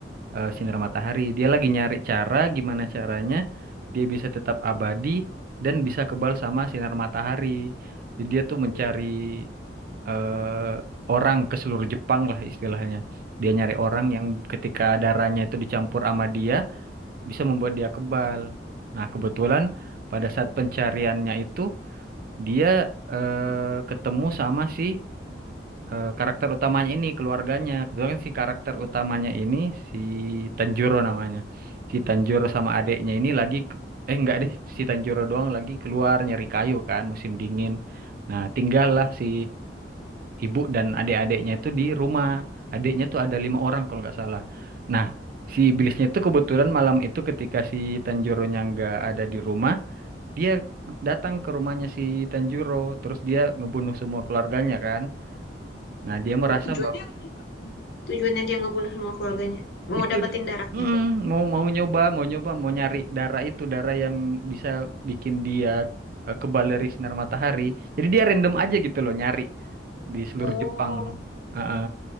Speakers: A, on the right; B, on the left.
A: eh, sinar matahari. Dia lagi nyari cara gimana caranya dia bisa tetap abadi dan bisa kebal sama sinar matahari. Jadi dia tuh mencari
B: Hmm.
A: eh, orang ke seluruh Jepang lah istilahnya. Dia nyari orang
B: Hmm.
A: yang ketika darahnya itu dicampur sama dia bisa membuat dia kebal. Nah, kebetulan pada saat pencariannya itu dia eh, ketemu sama si eh, karakter utamanya ini keluarganya. Kebetulan si karakter
B: Hmm.
A: utamanya ini si Tanjiro namanya. Si Tanjiro sama adeknya ini lagi ke- eh enggak deh, si Tanjiro doang lagi keluar nyari kayu kan musim dingin. Nah, tinggallah
B: Hmm.
A: si ibu dan adik-adiknya itu di rumah. Adiknya tuh ada lima orang kalau nggak salah. Nah, si iblisnya itu kebetulan malam itu ketika si Tanjironya nggak ada di rumah, dia datang ke rumahnya si Tanjiro, terus dia ngebunuh semua keluarganya kan. Nah, dia merasa
B: Oh, tujuannya
A: bahwa
B: tujuannya dia ngebunuh semua keluarganya. Mau
A: Itu
B: dapetin
A: dia.
B: darahnya
A: Mm,
B: tuh.
A: mau mau nyoba, mau nyoba, mau nyari darah itu, darah yang bisa bikin dia eh, kebal dari sinar matahari. Jadi dia random aja gitu loh nyari di seluruh
B: Oh.
A: Jepang. Heeh.